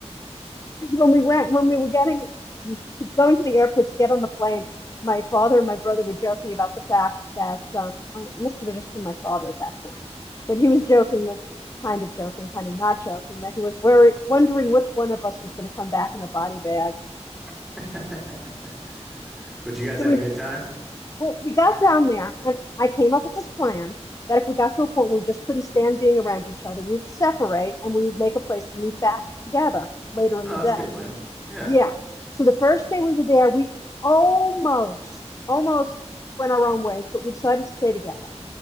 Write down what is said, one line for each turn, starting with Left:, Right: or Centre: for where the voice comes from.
Left: when we went when we were getting going to the airport to get on the plane my father and my brother were joking about the fact that um, oh, it must have just been my father at that point but he was joking that kind of joking kind of not joking that he was worried wondering which one of us was going to come back in a body bag
Centre: <laughs> But you guys
Left: so
Centre: had
Left: we
Centre: a good time?
Left: well we got down there and i came up with this plan that if we got to a point where we just couldn't stand being around each other we would separate and we would make a place to meet back together later in
Centre: Oh,
Left: the
Centre: that's
Left: day
Centre: a good plan. Yeah.
Left: Yeah. So the first day we were there, we almost, almost went our own ways, but we decided to stay together.